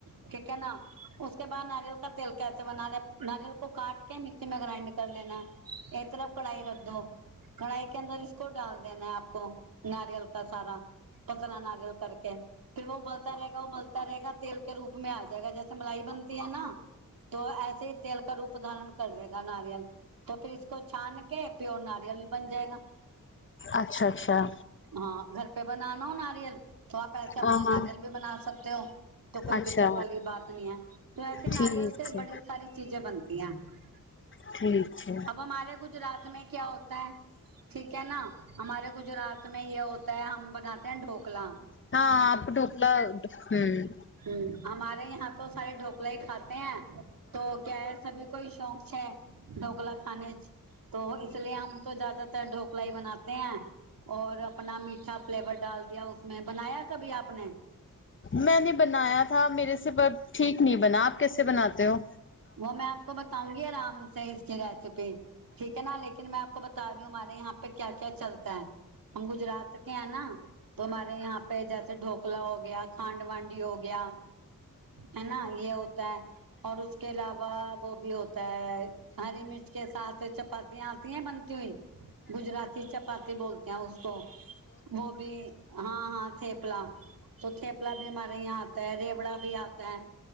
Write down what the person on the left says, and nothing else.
અચ્છા અચ્છા.
હા હા
અચ્છા
ઠીક
છે
ઠીક છે.
હા આપ ઢોકલા હમ.
મેને બનાયા થ મેરેસે બ ઠીક ન બના આપ કેસે બનાતે હો.